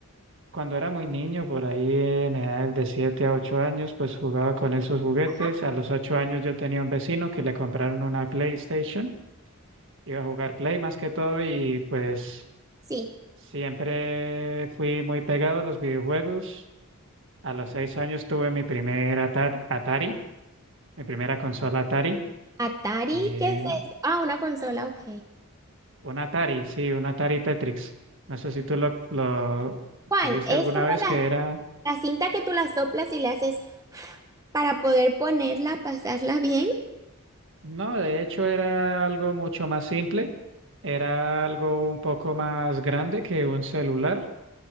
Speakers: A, on the right (about 60°); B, on the right (about 15°).
A: Cuando era muy niño, por ahí en edades de 7 a 8 años, pues jugaba con esos juguetes.
B: Ajá.
A: A los 8 años yo tenía un vecino que le compraron una PlayStation. Iba a jugar Play más que todo y pues
B: Sí.
A: siempre fui muy pegado a los videojuegos. A los 6 años tuve mi primer Ata- Atari, mi primera consola Atari.
B: Atari,
A: Eh,
B: ¿qué es eso? Ah, una consola, ok.
A: un Atari, sí, un Atari Tetrix. No sé si tú lo, lo
B: ¿Cuál?
A: tuviste
B: Es
A: alguna
B: como
A: vez
B: la,
A: que era
B: la cinta que tú la soplas y le haces para poder ponerla, pasarla bien.
A: No, de hecho era algo mucho más simple, era algo un poco más grande que un celular